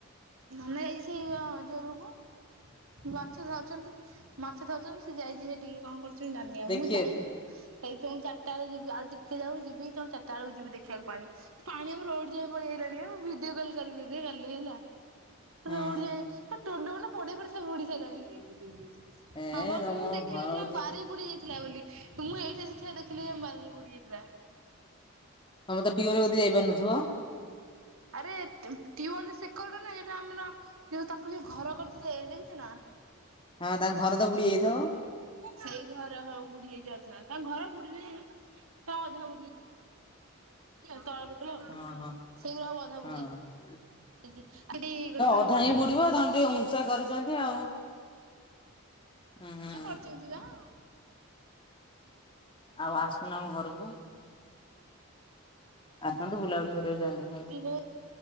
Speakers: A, on the right (about 75°); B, on the left (about 25°).
A: ଧନ ଯାଇଛି ସେଇ ଜୋରକୁ। ମାଛ ଧରିଛନ୍ତି ମାଛ ଧରିଛନ୍ତି ସେ ଯାଇଛି ସେ ଟିକେ କଣ କରୁଛନ୍ତି ଜାନି ଆଉ
B: ଦେଖିବାକୁ।
A: ମୁଁ ଯାଇଲିି ହେଇଥିବ ମୁଁ ଚିରିଟା ବେଳେ ଯିବି ଆଉ ଟିକେ ଯାଉ ଯିବି ତଣୁ ଚାରିଟା ବୁଳୁକୁ ଯିବି ଦେଖିବାକୁ ପାଣି। ପାଣି ଆମ ରୋଡ ଯାଏ ପଳେଇ ଆଇଲାଣି ଆଉ ଭିଡିଓ କଲ୍ କରିବି ତତେ କାଲି ହେଲା।
B: ହୁଁ
A: ରୋଡ ଯାଏ ତୋଲ ଫୋଲ ପଡିଆ ଫଡିଆ ସବୁ ବୁଡିି ସାରିଲାଣି।
B: ଏ
A: ହଁ ବା
B: ତମ
A: ମୁଁ ଦେଖିନଥିଲି
B: ଘର କତି
A: ଆମ ବାରି ବୁଡି ଯାଇଥିଲା ବୋଲି ମୁଁ ଏଇଠି ଆସି ଠିଆ ହେଇ ଦେଖିଲି ଆମ ବାରି ବୁଡି ଯାଇଥିଲା।
B: ତମେ ତ <unintelligible> ଯଦି ଯାଇପାରୁନଥିବ।
A: ଆରେ ଟିୱେଲ ସେକରଡ ନା ଏଟା ଆମର ଯୋଉ ତାଙ୍କର ଯୋଉ ଘର କରିଥିଲେ ଏଆଡେ ଛ ନା।
B: ହଁ ତାଙ୍କ ଘର ତ ବୁଡି ଯାଇଥିବ।
A: ସେଇ ଘର ହଉ ବୁଡି ଯାଇ <unintelligible> ତାଙ୍କ ଘର ବୁଡିଲି ତା ଅଧା ବୁ ଆଉ ତଳ ପୋଟଳ ଆଉ
B: ହଁ ହଁ
A: ସେଇଗୁରା ଆଉ ଅଧା
B: ହଁ।
A: ବୁଡିଯା <inaudible> ତାଙ୍କର
B: ଅଧା
A: ଉଚ୍ଚା
B: ହିଁ ବୁଡିବ ତାଙ୍କୁ ଟିକେ ଉଞ୍ଚା କରିଛନ୍ତି ଆଉ ହୁଁ। ହୁଁ।
A: କରିଚନ୍ତି ବା।
B: ଆଉ ଆସୁନ ଆମ ଘରକୁ। ଆସନ୍ତୁ ବୁଲାବୁଲି କରିବାକୁ
A: ଯିବି
B: ଯଆନ୍ତି।
A: କୋଉ